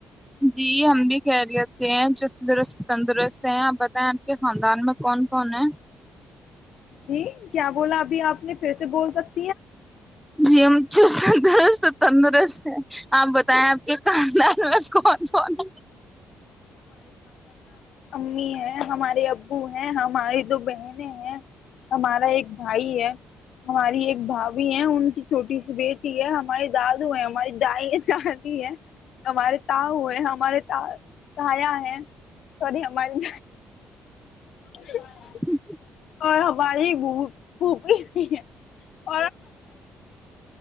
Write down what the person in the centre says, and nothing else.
جی ہم بھی خیریت سے ہیں چرست تندرست ہیں آپ بتائیں آپ کے خاندان میں کون کون ہیں
جی چو درس تندرست ہے آپ بتائیں آپ کے کاندال بس کون <inaudible>
<inaudible>